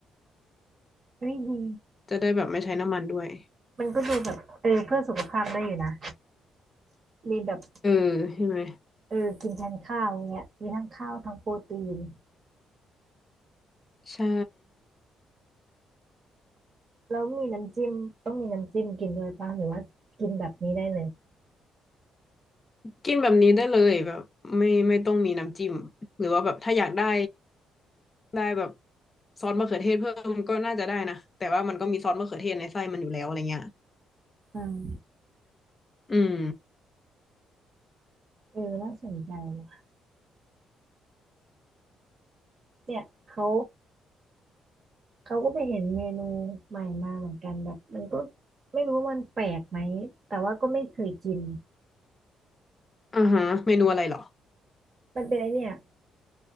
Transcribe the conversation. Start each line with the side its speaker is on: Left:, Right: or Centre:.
Right: เฮ้ยดี
Left: จะได้แบบไม่ใช้น้ำมันด้วย
Right: มันก็ดูแบบเออเพื่อสุขภาพได้อยู่นะมีแบบ
Left: เออใช่ไหม
Right: เออกินแทนข้าวเงี้ยมีทั้งข้าวทั้งโปรตีน
Left: ใช่
Right: แล้วมีน้ำจิ้มต้องมีน้ำจิ้มกินด้วยป่ะหรือว่ากินแบบนี้ได้เลย
Left: กินแบบนี้ได้เลยแบบไม่ไม่ต้องมีน้ำจิ้มหรือว่าแบบถ้าอยากได้ได้แบบซอสมะเขือเทศเพิ่มก็น่าจะได้นะแต่ว่ามันก็มีซอสมะเขือเทศในไส้มันอยู่แล้วอะไรเงี้ย
Right: อืม
Left: อืม
Right: เออน่าสนใจว่ะเนี่ยเขาเขาก็ไปเห็นเมนูใหม่มาเหมือนกันแบบมันก็ไม่รู้ว่ามันแปลกไหมแต่ว่าก็ไม่เคยกิน
Left: อ่าฮะเมนูอะไรเหรอ
Right: มันเป็นไอเนี่ย